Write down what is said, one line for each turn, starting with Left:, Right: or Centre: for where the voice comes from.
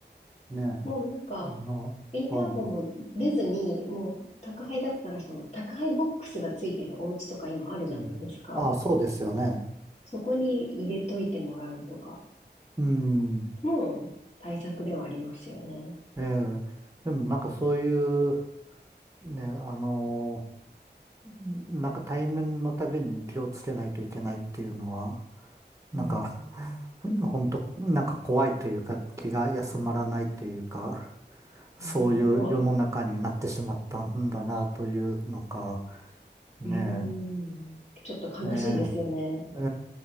Right: ねえ。
Left: もうなんか、
Right: まあ、
Left: インターホンも出ずに、
Right: はい。
Left: もう宅配だったら、その宅配ボックスがついてるお家とか今あるじゃないですか。
Right: うん、ああ、そうですよね。
Left: そこに入れといてもらうとか、
Right: うん。
Left: もう対策ではありますよね。
Right: ええ。でもなんかそういう、ね、あのんなんか対面のたびに気をつけないといけないっていうのは、なんか、
Left: うん。
Right: 本当なんか怖いというか、気が休まらないというか、そういう世の中になってしまったんだなというのか、
Left: あ本当。
Right: ね
Left: うん。ちょっと悲しいですよね。
Right: え。えええ